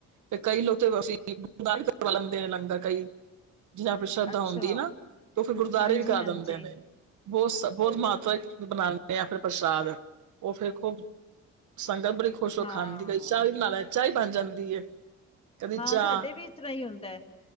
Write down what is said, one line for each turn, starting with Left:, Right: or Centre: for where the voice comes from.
Right: ਤੇ ਕਈ ਲੋਕ ਅਸੀਂ ਕਰਵਾ ਲੈਂਦੇ ਨੇ ਲੰਗਰ ਕਈ ਜਿਨਾਂ ਦੀ ਆਪਣੀ ਸ਼ਰਧਾ
Left: ਅੱਛਾ
Right: ਹੁੰਦੀ ਨਾ ਤੇ ਓ ਫਿਰ ਗੁਰਦਵਾਰੇ
Left: ਹਾਂਜੀ
Right: ਵੀ ਕਰ
Left: ਹਾਂਜੀ
Right: ਦਿੰਦੇ ਨੇ। ਬੋਤ ਸਭ ਬੋਤ
Left: ਚਲੋ
Right: ਮਾਤਰਾ ਵਿੱਚ ਬਣਾਂਦੇ ਜਾਂ ਫਿਰ ਪ੍ਰਸ਼ਾਦ ਓ ਫੇਰ ਖੂਬ ਸੰਗਤ ਬੜੀ ਖੁਸ਼ ਹੋ
Left: ਹਾਂ
Right: ਖਾਂਦੀ, ਕਦੀ ਚਾਅ ਵੀ ਬਣਾ ਲੈ ਚਾਅ ਈ ਬਣ ਜਾਂਦੀ ਏ। ਕਦੀ
Left: ਹਾਂ
Right: ਚਾਹ
Left: ਸਾਡੇ ਵੀ ਇਸ ਤਰ੍ਹਾਂ ਈ ਹੁੰਦਾ ਐ,